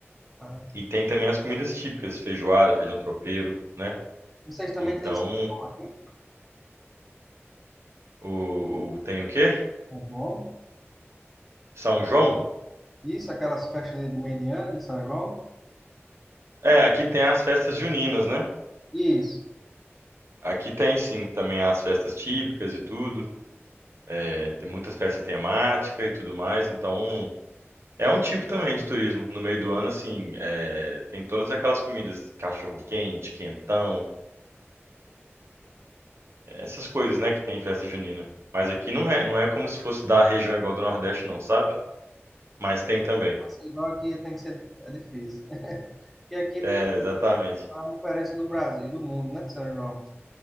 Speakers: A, in the centre; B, on the right (about 65°).
A: Ah,
B: e tem também as comidas típicas, feijoada, feijão tropeiro, né?
A: Vocês também
B: Então,
A: têm São João aqui?
B: o, o- tem o quê?
A: São João?
B: São João?
A: Isso, aquelas festas de de meio de ano de São João?
B: É, aqui tem as festas juninas, né?
A: Isso.
B: Aqui tem sim, também as festas típicas e tudo, é, tem muitas festas temáticas e tudo mais, então É um tipo também de turismo. No meio do ano, assim, é, tem todas aquelas comidas, cachorro quente, quentão, essas coisas, né, que tem em festa junina. Mas aqui não é, não é como se fosse da região igual do Nordeste, não, sabe? Mas tem também.
A: Assim, igual aqui tem que ser é difícil. <laughs> Porque aqui é
B: É, exatamente.
A: a diferença do Brasil, do mundo, né, São João?